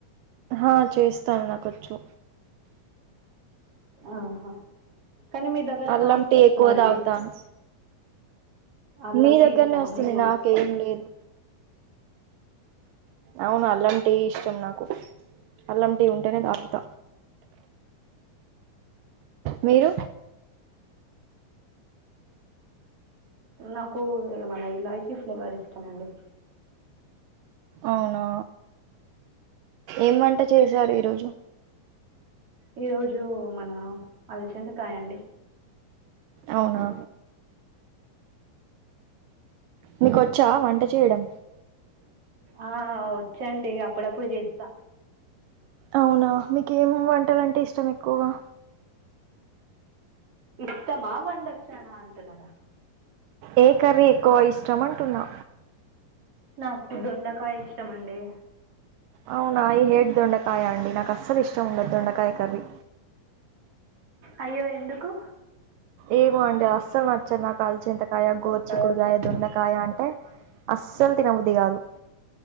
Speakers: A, on the right (about 75°); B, on the right (about 40°).
A: ఆ చేస్తాను నాకొచ్చు
B: ఆహా కానీ మీ దగ్గర
A: అల్లం
B: నాయిస్
A: టీ
B: వస్తుందండి
A: ఎక్కువ తాగుతాను
B: అల్లం
A: మీ
B: టీ
A: దగ్గరనే
B: ఇష్టమా
A: వస్తుంది
B: మీకు
A: నాకేం లేదు అవును అల్లం టీ ఇష్టం నాకు అల్లం టీ ఉంటేనే తాగుత మీరు
B: నాకు మన ఇలాయచీ ఫ్లేవర్ ఇష్టమండి
A: అవునా ఎం వంట చేశారు ఈరోజు
B: ఈ రోజు మన అలచంద కాయండి
A: అవునా మీకొచ్చా వంట చేయడం
B: ఆ ఒచ్చండి అ అప్పుడప్పుడు చేస్త
A: అవునా మీకు ఏం వంటలుంటే ఇష్టం ఎక్కువగ
B: ఇష్టమా వండొచ్చార అంటున్నారా
A: ఏ కర్రీ ఎక్కువ ఇష్టం అంటున్నా
B: నాకు దొండకాయ ఇష్టమండి
A: అవునా ఐ హేట్ దొండకాయ అండి నాకు అస్సలు ఇష్టం ఉండదు దొండకాయ కర్రీ
B: అయ్యో ఎందుకు
A: ఏమో అండి అస్సలు నచ్చదు కాలిచంతకాయ
B: చెక్కాయం
A: గోరుచికుడుకాయ
B: గోరుచిక్కుడుకాయ
A: దున్నకాయ అంటే
B: దొండకాయ అంటే
A: అస్సలు తినబుద్ధి కాదు